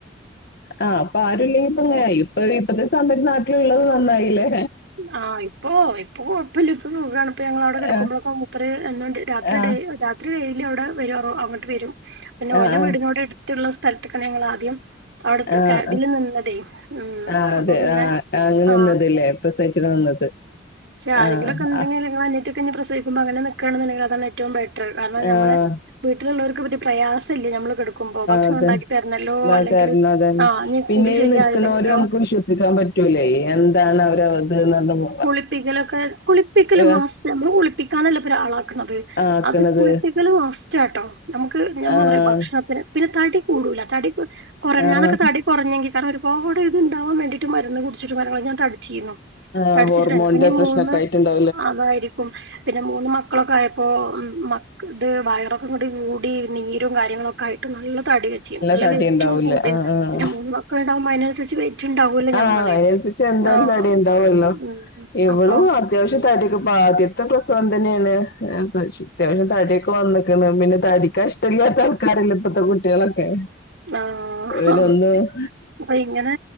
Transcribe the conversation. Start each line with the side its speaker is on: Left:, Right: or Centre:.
Left: ആ അപ്പൊ ആരുല്ലെങ്കി ഇപ്പങ്ങനായി ഇപ്പൊ ഇപ്പത്തെ സമയത്ത് നാട്ടിലുള്ളത് നന്നായില്ലേ
Right: ആ ഇപ്പൊ ഇപ്പൊ കൊഴപ്പില്ല ഇപ്പോ സുഖാണ് ഇപ്പോ ഞങ്ങവിടെ കടക്കുമ്പോളോക്കേ
Left: ആഹ്
Right: മൂപ്പര്എന്താ രാത്രി
Left: ആഹ്
Right: ഡേ രാത്രി വൈകി അവിടെ വരൂ അങ്ങോട്ട് വരും പിന്നെ ഓല
Left: ആഹ് ആഹ്
Right: വീടിനോട് എടുത്തുള്ള സ്ഥലത്താണ് ഞങ്ങൾ ആദ്യം- അവിടുതേ
Left: ആഹ്
Right: കാ ഇതിൽ നിന്നതേ ഉം
Left: ആഹ്
Right: അപ്പൊ
Left: അതെ
Right: പിന്നെ
Left: ആഹ് അങ്ങനെ
Right: ആ
Left: നിന്നതല്ലേ പ്രസവിച്ചിട്ട് നിന്നത്
Right: പക്ഷ ആരെങ്കിലുംക്കെ
Left: ആഹ്
Right: ഉണ്ടെങ്കി
Left: ആഹ്
Right: അനിയത്തിയൊക്കെ പ്രസവിക്കുമ്പോ അങ്ങനെ നക്കണുന്ന്ണ്ടങ്കിൽ അതാണ് ഏറ്റവും ബെ കാരണം
Left: ആഹ്
Right: നമ്മെളെ വീട്ടിലുള്ളവർക്ക് വല്ല്യ പ്രയാസ ല്ലല്ലോ നമ്മള് കെടുക്കുമ്പോ ഭക്ഷണം
Left: അതെ
Right: ഉണ്ടാക്കി തരണല്ലോ അല്ലെങ്കിൽ
Left: തരണം അതന്നെ
Right: ആ
Left: പിന്നെ
Right: കുളി
Left: ഈ
Right: ശരിയായില്ലെങ്കിലോ
Left: നിക്കണോര് നമുക്ക് വിശ്വസിക്കാൻ പറ്റൂലേ എന്താണ് അവർ അത് പറഞ്ഞ-
Right: കുളിപ്പിക്കലൊക്കെ കുളിപ്പിക്കല്
Left: ആഹ്
Right: മാസ്റ്റ കുളിപ്പിക്കാനല്ല ഒരാളാക്കണത്
Left: ആക്കണത്
Right: അത് കുളിപ്പിക്കല് മസ്റ്ററ്റാട്ടോ നമുക്ക് ഞമ്മ
Left: ആഹ്
Right: പറയാ ഭക്ഷണത്തിന് പിന്നെ തടി കൂടൂല തടി കുറഞ്ഞാ
Left: ആഹ്
Right: ഞാനൊക്കെ തടി കുറഞ്ഞാ കാരണം ഒരുപാട് ഇത് ഉണ്ടാവാൻ വേണ്ടിട്ട് മരുന്ന് കു- ചുറ്റ മരങ്ങൾ ഞാൻ തടിച്ചിരുന്നു
Left: ആ
Right: തടിച്ചിട്ടുണ്ട്
Left: ഹോർമോണിന്റെ
Right: പിന്നെ
Left: പ്രശ്നമൊക്കെ
Right: മൂന്ന്
Left: ആയിട്ടുണ്ടോ
Right: അതായിരിക്കും പിന്നെ മൂന്ന് മക്കളൊക്കെ ആയപ്പോ മ- ഇത് വയറൊക്കെ കൂടി കൂടി നീരും കാര്യങ്ങളുമൊക്കെ ആയിട്ട് നല്ല തടിവെച്ചും നല്ല
Left: തടി
Right: വെയിറ്റും
Left: ഉണ്ടാവൂലേ
Right: കൂടി
Left: ആഹ് ആഹ്
Right: പിന്നെ മൂന്ന് മക്കളുണ്ടാവുമ്പോ അതിനനുസരിച്ച് വെയിറ്റ് ഉണ്ടാവൂല്ലോ ഞമ്മള്
Left: ആഹ് അതിനനുസരിച്ച് എന്തായാലും
Right: ആഹ്
Left: തടിയുണ്ടാവും ഉള്ളോ
Right: ഉം
Left: ഇവളും
Right: അപ്പൊ
Left: അത്യാവശ്യം തടിയൊ ആദ്യത്തെ പ്രസവം തന്നെയാണ് അത്യാവശ്യം തടിയൊക്കെ വന്നിക്കണ് പിന്നെ തടിക്കാൻ ഇഷ്ടമല്ല ആൾക്കാരില്ല ഇപ്പത്തെ കുട്ടികളൊക്കെ
Right: ആഹ്
Left: ഇനൊന്നു-
Right: അപ്പൊ ഇങ്ങനെ